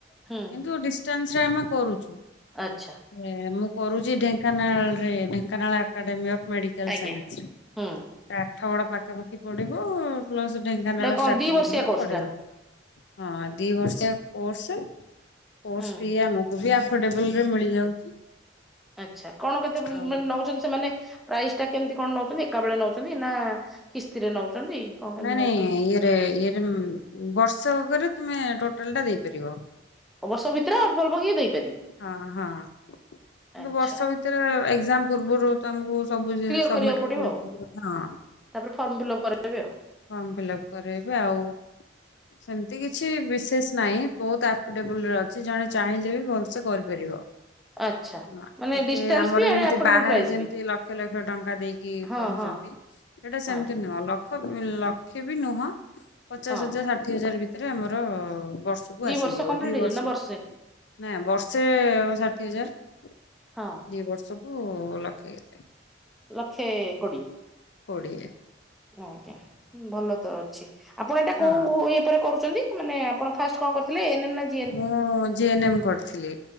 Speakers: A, in the centre; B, on the left (about 65°).
A: ହୁଁ
B: କିନ୍ତୁ ଡିଷ୍ଟାନ୍ସରେ ଆମେ କରୁଛୁ।
A: ଆଚ୍ଛା।
B: ଏ ମୁଁ କରୁଛି ଢେଙ୍କାନାଳ ରେ ଢେଙ୍କାନାଳ ଏକାଡେମୀ ଅଫ୍ ମେଡି କାଲ
A: ଆଜ୍ଞା
B: ସାଇନ୍ସରେ
A: ହୁଁ
B: ଆଠଗଡ ପାଖାପାଖି ପଡିବୁ ପ୍ଲସ ଢେଙ୍କାନାଳ
A: ଏଟା କଣ
B: ଷ୍ଟାର୍ଟିଂ
A: ଦି ବର୍ଷିଆ
B: ଥିବ
A: କୋର୍ସ
B: ପଡିବ
A: ଟା?
B: ହଁ ଦି ବର୍ଷିଆ କୋର୍ସ କୋର୍ସ
A: ହୁଁ।
B: ଫି ଆମକୁ ବି ଆଫୋର୍ଡେବଲ ରେ ମିଳିଯାଉଛି।
A: ଆଛା କଣ କେତେ ମାନେ
B: ଆଉ
A: ନଉଛନ୍ତି ସେମାନେ ପ୍ରାଇସ୍ ଟା କେମିତି କଣ ନଉଛନ୍ତି ଏକା ବେଳେ ନଉଛନ୍ତି ନା କିସ୍ତିରେ ନଉଛନ୍ତି। କଣ କେମିତି
B: ନାଇଁ
A: ନଉଛନ୍ତି?
B: ନାଇଁ ଇଏରେ ଇଏରେ ବର୍ଷେକ କରେ ତୁମେ ଟୋଟାଲ ଟା ଦେଇପାରିବ।
A: ଏବର୍ଷ ଭିତରେ ଅଳ୍ପ ଅଳ୍ପ କରି ଦେଇ
B: ହଁ ହଁ। କିନ୍ତୁ
A: ଆଚ୍ଛା
B: ବର୍ଷ ଭିତରେ ଏକ୍ସାମ ପୂର୍ବରୁ ତମକୁ ସବୁ
A: କ୍ଲିୟର
B: ସମିଟ
A: ପଡିବ
B: କରିବାକୁ
A: ଆଉ।
B: ପଡ଼ି ହଁ।
A: ତାପରେ ଫର୍ମ ଫିଲ୍ଅପ କରାଇଦେବେ ଆଉ।
B: ଫର୍ମ ଫିଲ୍ଅପ କରାଇବେ ଆଉ। ସେମିତି କିଛି ବିଶେଷ ନାହିଁ ବହୁତ ଆଫୋର୍ଡେବୁଲ ରେ ଅଛି ଜଣେ ଚାହିଁଲେ ବି ଭଲ ସେ କରିପାରିବ।
A: ଆଚ୍ଛା।
B: ହଁ
A: ମାନେ
B: ଏତେ
A: ଡିଷ୍ଟାନ୍ସ
B: ଆମର
A: ବି ଆଡେ
B: ଯେମିତି
A: ଆଫୋର୍ଡେବଲ
B: ବାହାରେ
A: ପ୍ରାଇସ୍
B: ଯେମତି
A: ବି।
B: ଲକ୍ଷ ଲକ୍ଷ ଟଙ୍କା ଦେଇକି
A: ହଁ
B: ପଢୁଛନ୍ତି
A: ହଁ
B: ଏଇଟା ସେମତି
A: ହଁ
B: ନୁହଁ? ଲକ୍ଷେ ବି ନୁହଁ ପଚାଶ
A: ହଁ
B: ହଜାର ଷାଠିଏ ହଜାର ଭିତରେ ଆମର ବର୍ଷ କୁ
A: ଦି
B: ଆସିଯିବ
A: କମ୍ପ୍ଲିଟ
B: ଦି
A: ହେଇଯିବ
B: ବର୍ଷ
A: ନା ବର୍ଷେ
B: ନା ବର୍ଷ ଷାଠିଏ ହଜାର
A: ହଁ।
B: ଦି ବର୍ଷକୁ ଲକ୍ଷେ କେତେ
A: ଲକ୍ଷେ କୋଡିଏ
B: କୋଡ଼ିଏ।
A: ହଁ ଆଜ୍ଞା ଭଲ ତ ଅଛି ଆପଣ ଏଇଟା କୋଉ
B: ହଁ
A: ଇଏ ଉପରେ କରୁଛନ୍ତି? ମାନେ ଆପଣ ଫାଷ୍ଟ୍ କଣ କରିଥିଲେ ଏନେମେଡ୍
B: ମୁଁ ଜେ ନେମ୍ ଏମ୍ କରିଥିଲି